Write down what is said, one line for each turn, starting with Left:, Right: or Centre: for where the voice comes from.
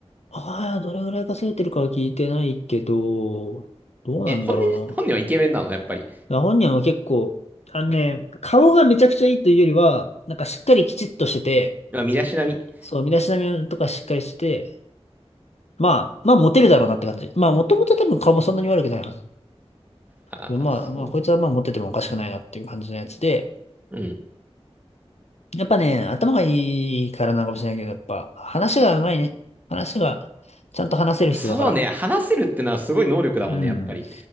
Left: ああ、どれぐらい稼いでるかは聞いてないけど、どうなんだろうな。
Right: え、本人、本人はイケメンなのやっぱり。
Left: ら本人は結構、あのね、顔がめちゃくちゃいいというよりは、なんかしっかりきちっとしてて、
Right: まあ、身だしなみ。
Left: そう、身だしなみとかしっかりしてて、まあ、まあモテるだろうなって感じ。まあもともと多分顔もそんなに悪くないはず。
Right: ああ、
Left: まあ、
Right: そ
Left: まあこいつはまあモテてもおかしくないなっていう感じのやつで、
Right: う。うん。
Left: やっぱね、頭がいいからなのかもしれないけど、やっぱ話が上手いね。話がちゃんと話せる人だから。
Right: そうね、話せるってのはすごい能力だもんね、
Left: うん。
Right: やっぱり。